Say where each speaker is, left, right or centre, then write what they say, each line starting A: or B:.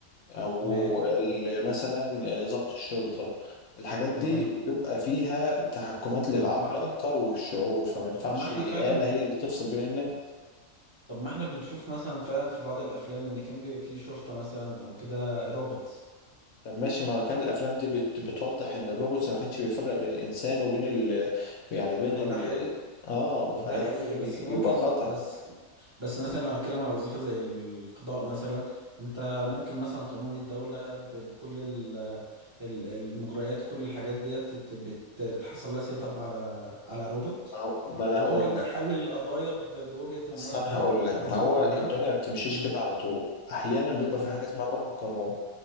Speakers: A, on the left; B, on the right.
A: أو
B: تمام
A: ال- مثلا ضابط الشرطة الحاجات دي
B: تمام
A: بيبقى فيها تحكمات للعقل
B: طب ما احنا
A: أكتر والشعور فما ينفعش
B: طب ما احنا
A: آلة
B: فعلا
A: هي اللي تفصل بين الناس
B: طب ما احنا بنشوف مثلا فعلا في بعض الافلام ان كان بيبقى فيه شرطة مثلا او كده روبوتس
A: طب ماشي ما كان الأفلام دي بت- بتوضح إن الروبوت ما كانش بيفرق بين الإنسان وبين ال يعني بين
B: هو
A: ال
B: ده حقيقي
A: آه فده
B: وده حقيقي
A: ممكن
B: بس ممكن
A: يبقى خطر
B: بس بس مثلا لو هتكلم على وظيفة زي القضاء مثلا انت ممكن مثلا قانون الدولة ب- بكل ال- ال- المجريات وكل الحاجات ديت بت- بت- بتحصل لها سيت اب على على روبوت
A: ما هو ما انا
B: وهو
A: هقول
B: بيحلل
A: لك
B: القضايا ب- بوجهة النظر
A: اصلا
B: بالتفاصيل
A: هقول لك ما هو
B: كلها
A: الدنيا ما بتمشيش
B: مم.
A: كده على طول احيانا بيبقى
B: تمام
A: في حاجه اسمها روح القانون